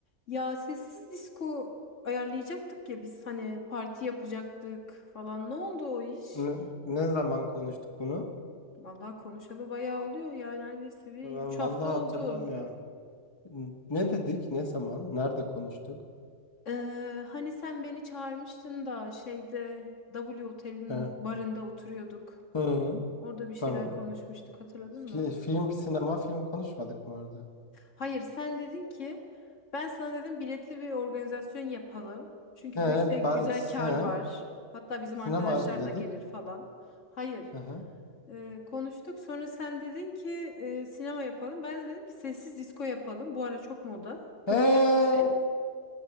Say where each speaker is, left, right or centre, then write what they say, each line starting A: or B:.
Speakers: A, on the left; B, on the left.
A: Ya sessiz disco ayarlayacaktık ya biz hani parti yapacaktık falan. Ne oldu o iş?
B: Ne, ne zaman konuştuk bunu?
A: Vallahi konuşalı bayağı oluyor ya neredeyse bir
B: Ben
A: 3 hafta
B: vallahi
A: oldu.
B: hatırlamıyorum. N- Ne dedik? Ne zaman? Nerede konuştuk?
A: Ee, hani sen beni çağırmıştın da şeyde W Otel'in
B: He.
A: barında oturuyorduk.
B: Hı,
A: Orada bir şeyler
B: tamam.
A: konuşmuştuk hatırladın
B: Fi-
A: mı?
B: film, sinema, film konuşmadık mı orada?
A: Hayır sen dedin ki ben sana dedim biletli bir organizasyon yapalım. Çünkü
B: He,
A: bu işte güzel
B: ba-
A: kar
B: he.
A: var. Hatta bizim
B: Sinema
A: arkadaşlar
B: dedik.
A: da gelir falan. Hayır.
B: Hı hı.
A: Ee, konuştuk. Sonra sen dedin ki e, sinema yapalım. Ben de dedim ki sessiz disco yapalım. Bu ara çok moda. Popüler
B: He,
A: bir şey.